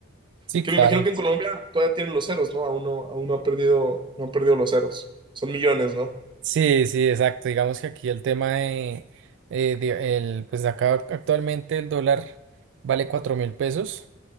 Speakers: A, on the right; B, on the right.
A: Sí,
B: Que
A: claro.
B: me imagino que en Sí. Colombia todavía tienen los ceros, ¿no? Aún no, aún no ha perdido, no han perdido los ceros. Son millones, ¿no?
A: Sí, sí, exacto. Digamos que aquí el tema de, eh, de- el, pues acá actualmente el dólar vale cuatro mil pesos.